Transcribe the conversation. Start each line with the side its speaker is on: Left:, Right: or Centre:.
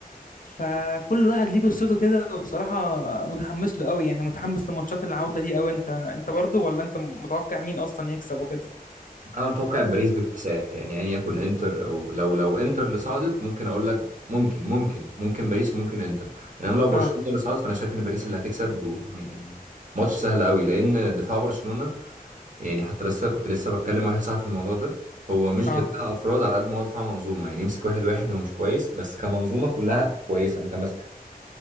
Left: فكل واحد ليه قصته كده بصراحة متحمس له قوي يعني متحمس لماتشات العودة دي قوي انت انت برضه ولا انت متوقع مين اصلا يكسب وكده
Right: انا متوقع باريس باكتساح يعني يعني يكون انتر او لو لو انتر اللي صعدت ممكن اقول لك ممكن ممكن ممكن باريس وممكن انتر انما لو برشلونه
Left: اه
Right: اللي صعدت فانا شايف ان باريس اللي هتكسب و- يعني ماتش سهل قوي لان دفاع برشلونه يعني حتى لسه كنت لسه بتكلم واحد صاحبي في الموضوع ده هو مش
Left: اه
Right: دفاع افراد على قد ما هو دفاع منظومه يعني يمسك واحد واحد هو مش كويس بس كمنظومه كلها كويسه متماسكه